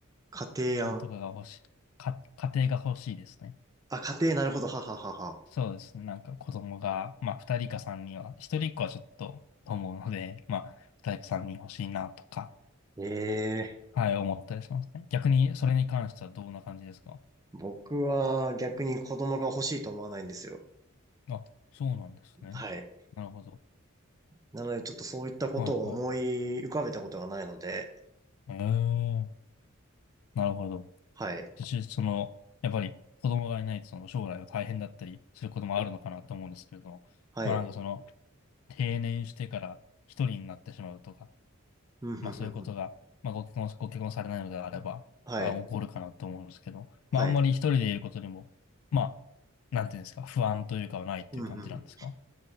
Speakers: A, on the right; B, on the left.
A: 家庭案。
B: 子供とかが欲しい。か、家庭が欲しいですね。
A: あ、家庭、なるほど。はははは。
B: そうですね。なんか子供が、まあ、二人か三人は、一人っ子はちょっと、と思うので、まあ、二人か三人欲しいなとか、
A: ええ、
B: はい、思ったりしますね。逆に、それに関してはどんな感じですか
A: 僕は逆に子供が欲しいと思わないんですよ。
B: あ、そうなんですね。
A: はい。
B: なるほど。
A: なのでちょっとそういったことを思い浮かべたことがないので、
B: はい、はい。ええ、なるほど。
A: はい。
B: 実その、やっぱり子供がいないと、その将来は大変だったりすることもあるのかなと思うんですけれども、
A: はい。
B: まあなんかその、定年してから一人になってしまうとか、
A: うん、ふんふんふん。
B: まあそういうことが、まあご結婚、ご結婚されないのであれば、
A: はい。
B: あ、起こるかなと思うんですけど、まああんまり一人でいることにも、
A: はい。
B: まあ、なんていうんですか、不安というかはないっていう感じなんですか
A: うん、ふん。